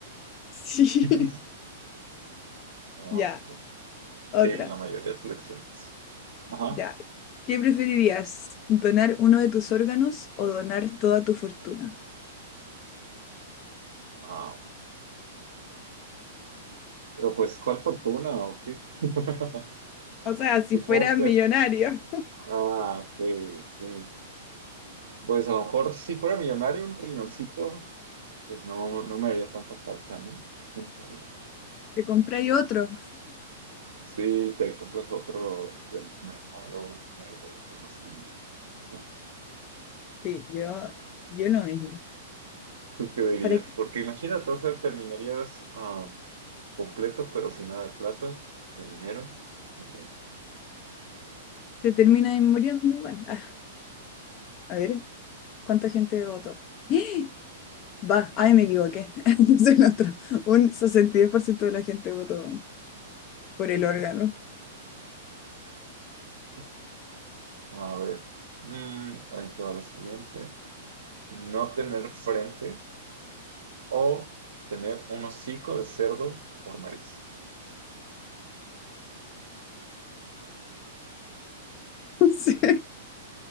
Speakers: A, on the left; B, on the right.
A: Sí.
B: <laughs> Vamos
A: Ya,
B: a ver.
A: otra.
B: Sí, en la mayoría de selecciones. Ajá.
A: Ya. ¿Qué preferirías? ¿Donar uno de tus órganos o donar toda tu fortuna?
B: Ah, Pero pues, ¿cuál fortuna? Sí. <laughs>
A: O sea, si
B: Supongo
A: fuera millonario,
B: que... Ah, sí. sí. Pues a lo mejor si fuera millonario, un riñoncito, pues no, no me haría tanta falta, ¿no? ¿Quién sabe?
A: te compráis otro.
B: Sí, te compras otro del mercado negro o algo así, ¿no?
A: sí, yo, yo lo mismo.
B: ¿Tú qué dirías?
A: Para que
B: Porque imagínate, o sea, terminarías ah, completo, pero sin nada de plata, de dinero. de-
A: te termines muriendo igual. Ah, A ver, ¿cuánta gente votó? ¡Eh! Va, ay, me equivoqué. <laughs> Es el otro. Un sesenta
B: Ujú.
A: y dos por ciento de la gente votó por el órgano.
B: <laughs> A ver, mm, ahí te va la siguiente. No tener frente o tener un hocico de cerdo por nariz.
A: <laughs> sí.